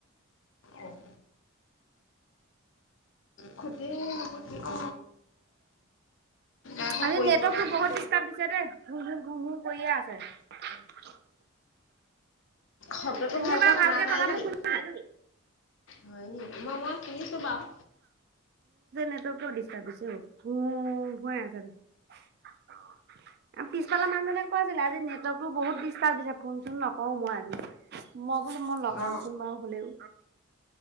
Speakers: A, on the left; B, on the right.
A: অ', খুতেই নকৰি অ একো
B: আজি
A: কৰিব
B: নেটৱৰ্ক
A: নোৱাৰি
B: বহুত ডিষ্টাৰ্ব দিছে দেই ধুম, ধুম, ঘুম, ধুম কৰিয়ে আছে। <unintelligible>
A: শব্দটো
B: তুমি বাৰু
A: শুনা
B: ভালকে
A: নাই
B: কথাবোৰ
A: নি
B: শুনিছা নাই
A: হয় নি মই মই শুনিছো বাৰু
B: নেটৱৰ্ক টো ডিষ্টাৰ্ব দিছে অ হু--অ হৈ আছে দেখোন পিছফালে মানুহ জনে কৈ আছিলে আজি নেটৱৰ্কতো বহুত দিচ- ডিষ্টাৰ্ব দিছে ফোন চোন নকৰো মই আজি মই বোলো মই লগাওচোন
A: অ
B: বাৰু হ'লেও